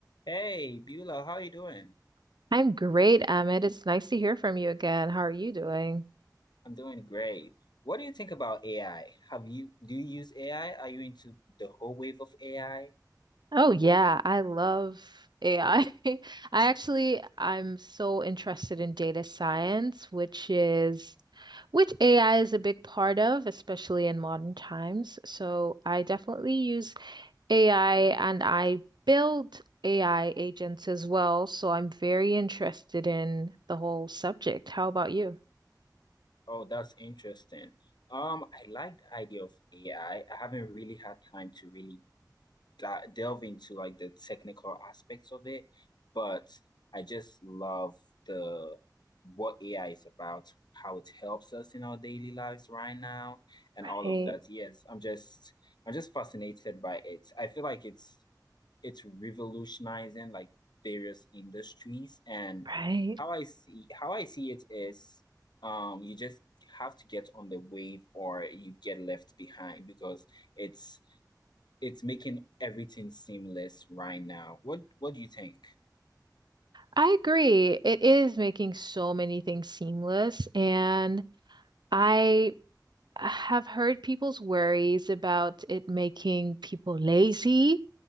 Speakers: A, on the left; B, on the right.
A: Hey, Beulah, how are you doing?
B: I'm great, Emmett. It's nice to hear from you again. How are you doing?
A: I'm doing great. What do you think about AI? Have you do you use AI? Are you into the whole wave of AI?
B: Oh yeah, I love AI. I <laughs> I actually I'm so interested in data science, which is which AI is a big part of, especially in modern times. So I definitely use AI and I build AI agents as well. So I'm very interested in the whole subject. How about you?
A: Oh, that's interesting. Um, I like the idea of AI. I I haven't really had time to really di- delve into like the technical aspects of it, but I just love the what AI is about, how it helps us in our daily lives right now, and
B: Right,
A: all of that. Yes, I'm just I'm just fascinated by it. I feel like it's it's revolutionizing like various industries and
B: right.
A: how I see how I see it is um you just have to get on the wave or you get left behind because it's it's making everything seamless right now. What what do you think?
B: I agree. It is making so many things seamless, and I have heard people's worries about it making people lazy.